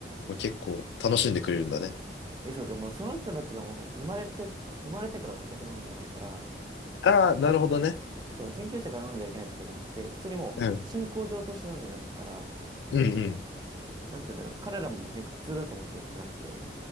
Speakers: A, on the left; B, on the right.
A: もう結構楽しんでくれるんだね。
B: え、そう、でもその人たちがもう生まれて、生まれてからお酒飲んでないから、
A: ああ、なるほどね。
B: そう、宣教師が飲んではいけないとかじゃなくて、普通にもう信仰上として飲んでないから、
A: うん。うんうん。
B: なんて言うんだろう、彼らも別に苦痛だと思ってやってなくて、